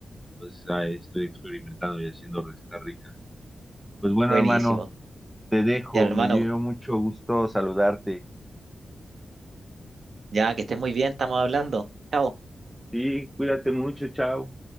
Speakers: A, in the centre; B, on the right (about 70°).
A: pues ahí estoy experimentando y haciendo recetas ricas. Pues bueno,
B: buenísimo.
A: hermano, te dejo,
B: Ya hermano,
A: me dio mucho gusto saludarte.
B: ya que estés muy bien, estamos hablando. Chao.
A: Sí, cuídate mucho, chao.